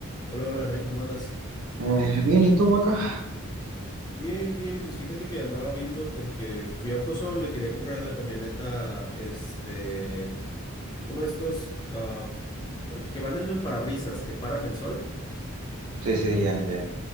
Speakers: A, on the left; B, on the right.
A: Hola, hola, Nain, ¿cómo andas?
B: Eh, bien, ¿y tú acá?
A: Bien, bien, pues fíjate que andaba viendo porque fui a AutoZone, le quería comprar a la camioneta, este, uno de estos ah, que van en el parabrisas, que paran el sol.
B: Sí, sí, ya, ya.